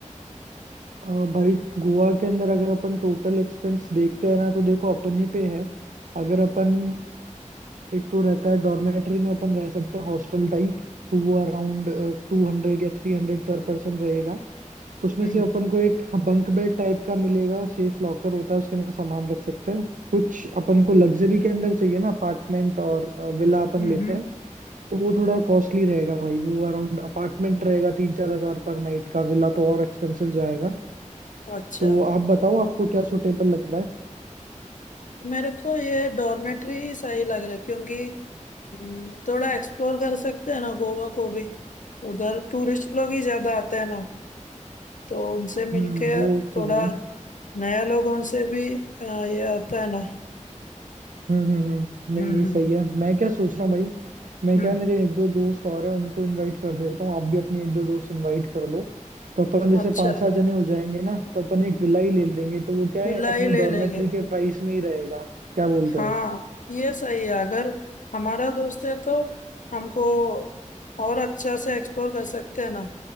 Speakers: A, on the right; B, on the left.
A: अ, भाई गोवा के अंदर अगर अपन टोटल एक्सपेंस देखते हैं ना तो देखो अपन ही पे है अगर अपन अ, एक तो रहता है डॉर्मेट्री में अपन रह सकते हैं हॉस्टल टाइप तो वो अराउंड टू हंड्रेड या थ्री हंड्रेड पर पर्सन रहेगा तो उसमें
B: हम्म
A: से अपन को एक बंक बेड टाइप का मिलेगा और सेफ लॉकर होता है उसके अंदर सामान रख सकते हैं कुछ अपन को लग्जरी के अंदर चाहिए ना अपार्टमेंट और विला अपन
B: हम्म
A: लेते हैं तो वो थोड़ा कॉस्टली रहेगा भाई वो अराउंड अपार्टमेंट रहेगा तीन चार हजार पर नाइट का विला तो और एक्सपेंसिव जाएगा
B: अच्छा
A: तो आप बताओ आपको क्या सुटेबल लग रहा है
B: मेरे को ये डॉर्मेट्री ही सही लग रहा है क्योंकि हम्म, थोड़ा एक्सप्लोर कर सकते हैं ना गोवा को भी उधर टूरिस्ट लोग ही ज्यादा आते हैं ना तो उनसे
A: हम्म
B: मिलके
A: वो
B: थोड़ा
A: तो है
B: नया लोगों से भी अ, ये आता है ना
A: हम्म हम्म हम्म नहीं
B: हम्म
A: नहीं
B: हम्म
A: सही है मैं क्या सोच रहा
B: हम्म,
A: हूँ भाई मैं
B: हम्म।
A: क्या मेरे एक दो दोस्त और हैं उनको इनवाइट कर लेता हूँ आप भी अपने एक दो दोस्त इनवाइट कर लो तो अपन जैसे
B: अच्छा
A: पांच सात जने हो जाएंगे ना तो अपन एक विला ही ले लेंगे तो वो क्या है
B: विला
A: अपने
B: ही ले
A: डॉर्मेट्री
B: लेंगे
A: के प्राइस में ही रहेगा क्या बोलते
B: हाँ
A: हो
B: ये सही है अगर हमारा दोस्त है तो हमको और अच्छा से एक्सप्लोर कर सकते हैं ना